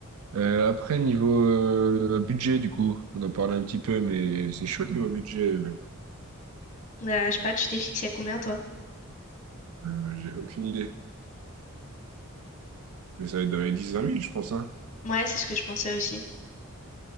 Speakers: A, on the right (about 75°); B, on the left (about 35°).
A: Euh, après, niveau euh, budget, du coup, on en parlait un petit peu, mais c'est chaud niveau budget. euh,
B: Euh, je sais pas, tu t'es fixé à combien, toi?
A: euh, j'ai aucune idée. Mais ça va être dans les dix 20 mille je pense, hein.
B: Ouais, c'est ce que je pensais aussi.